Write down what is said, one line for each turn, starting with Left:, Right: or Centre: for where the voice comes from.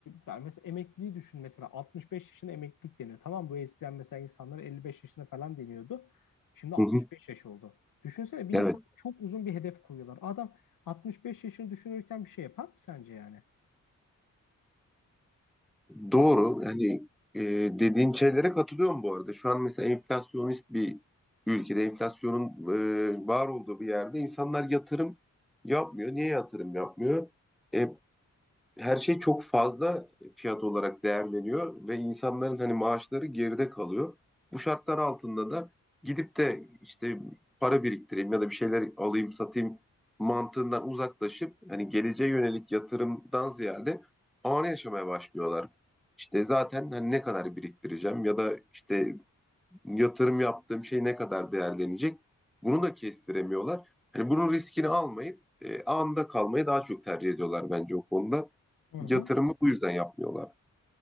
Left: yani mesela emekliliği düşün mesela 65 yaşında emeklilik deniyor. Tamam mı? bu eskiden mesela insanlar 55 yaşında falan deniyordu. Şimdi 65
Centre: hı hı.
Left: yaş oldu. Düşünsene bir
Centre: Evet.
Left: insan çok uzun bir hedef koyuyorlar. Adam 65 yaşını düşünürken bir şey yapar mı sence yani?
Centre: Doğru.
Left: Bak.
Centre: Yani e, dediğin şeylere katılıyorum bu arada. Şu an mesela enflasyonist bir ülkede, enflasyonun e, var olduğu bir yerde insanlar yatırım yapmıyor. Niye yatırım yapmıyor? E, her şey çok fazla fiyat olarak değerleniyor ve insanların hani maaşları geride kalıyor. Bu şartlar altında da gidip de işte para biriktireyim ya da bir şeyler alayım satayım mantığından uzaklaşıp hani geleceğe yönelik yatırımdan ziyade anı yaşamaya başlıyorlar. İşte zaten hani ne kadar biriktireceğim ya da işte yatırım yaptığım şey ne kadar değerlenecek? Bunu da kestiremiyorlar. Hani bunun riskini almayıp e, anda kalmayı daha çok tercih ediyorlar bence o konuda.
Left: Hı hı.
Centre: Yatırımı bu yüzden yapmıyorlar.